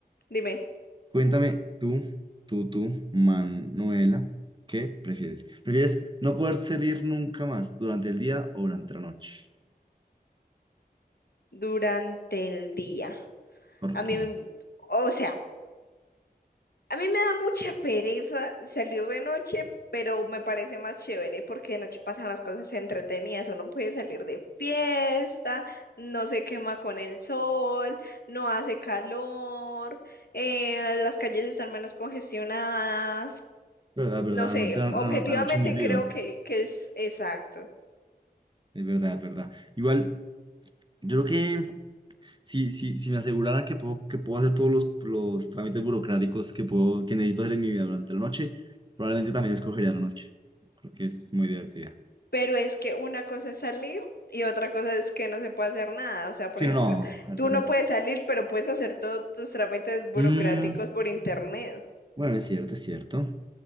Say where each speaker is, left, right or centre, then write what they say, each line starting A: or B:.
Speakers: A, on the left (about 70°); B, on the right (about 30°).
A: Dime,
B: Cuéntame tú, tú, tú, Manuela, ¿qué prefieres? ¿Prefieres no poder salir nunca más durante el día o durante la noche?
A: durante el día.
B: ¿Por
A: A
B: qué?
A: mí, o sea, a mí me da mucha pereza salir de noche, pero me parece más chévere porque de noche pasan las cosas entretenidas. Uno puede salir de fiesta, no se quema con el sol, no hace calor, eh, las calles están menos congestionadas.
B: ¿Verdad, verdad?
A: no sé,
B: La noche, la-
A: objetivamente
B: la- la noche es muy viva.
A: creo que, que es exacto,
B: Es verdad, es verdad. Igual, yo creo que si, si, si me asegurara que puedo, que puedo hacer todos los, los trámites burocráticos que puedo, que necesito hacer en mi vida durante la noche, probablemente también escogería la noche, porque es muy divertida.
A: pero es que una cosa es salir y otra cosa es que no se puede hacer nada. O sea, por
B: Sí,
A: ejemplo,
B: no, no, es
A: tú
B: verdad.
A: no puedes salir, pero puedes hacer todos tus trámites burocráticos
B: Mm,
A: por internet.
B: bueno, es cierto, es cierto.